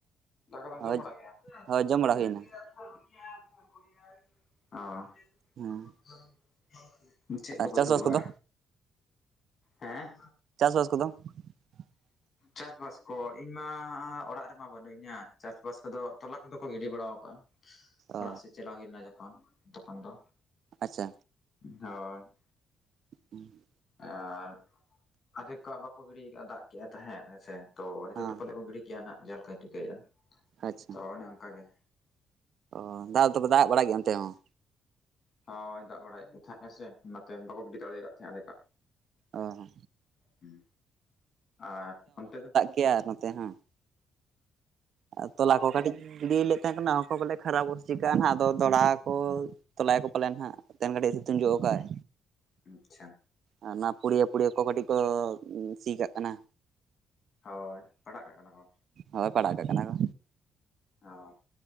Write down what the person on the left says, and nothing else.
ᱫᱟᱠᱟ ᱫᱚᱢ
ᱡᱚᱢ ᱵᱟᱲᱟ ᱠᱮᱜ-ᱟ <unintelligible>
ᱚ <unintelligible> ᱪᱮᱫ ᱠᱚ
ᱯᱮ
ᱩᱛᱩ ᱟᱠᱟᱜᱼᱟ
ᱦᱮᱸ
ᱪᱟᱥ-ᱵᱟᱥ ᱠᱚ, ᱤᱧ ᱢᱟ ᱚᱲᱟᱜ ᱨᱮ ᱢᱟ ᱵᱟᱹᱱᱩᱜ ᱤᱧᱟ ᱪᱟᱥ-ᱵᱟᱥ ᱠᱚ ᱫᱚ ᱛᱚᱞᱟ ᱠᱚ ᱫᱚ ᱠᱚ ᱜᱤᱰᱤ ᱵᱟᱲᱟᱣ ᱟᱠᱟᱜᱼᱟ
ᱚᱲᱟᱜ ᱥᱮᱡ ᱪᱟᱞᱟᱣ ᱦᱩᱭ ᱞᱮᱱᱟ ᱡᱚᱠᱷᱚᱱ ᱛᱚᱠᱷᱚᱱ ᱫᱚ
ᱦᱳᱭ
ᱟᱨ ᱟᱫᱷᱮᱠ ᱠᱚᱣᱟᱜ ᱵᱟᱠᱚ ᱜᱤᱲᱤ ᱫᱟᱜ ᱠᱮᱫ ᱛᱟᱦᱮᱸᱫ ᱦᱮᱸᱥᱮ ᱛᱚ
ᱱᱤᱛᱚᱜ ᱫᱚ ᱯᱟᱞᱮᱜ ᱠᱚ ᱜᱤᱰᱤ ᱠᱮᱭᱟ ᱱᱟᱦᱟᱜ ᱡᱟᱦᱟᱸ ᱞᱮᱠᱟ. ᱧ ᱴᱷᱤᱠᱟᱹᱭᱮᱜᱼᱟ
ᱛᱚ ᱚᱱᱮ ᱚᱱᱠᱟ ᱜᱮ
ᱦᱳᱭ ᱫᱟᱜ ᱵᱟᱲᱟᱭᱮᱫ ᱜᱮ ᱛᱟᱦᱮᱸᱜ ᱦᱮᱸ ᱥᱮ ᱚᱱᱟᱛᱮ ᱵᱟᱠᱚ ᱜᱤᱰᱤ ᱫᱟᱲᱮᱭᱟᱫ ᱛᱟᱦᱮᱸᱫ ᱟᱫᱷᱮᱠᱟᱜ
ᱦᱩᱸ, ᱟᱨ ᱚᱱᱛᱮ ᱫᱚ
ᱚ
ᱟᱪᱪᱷᱟ
ᱦᱳᱭ ᱯᱟᱲᱟᱜ ᱠᱟᱜ ᱠᱟᱱᱟ ᱠᱚ
ᱚᱻ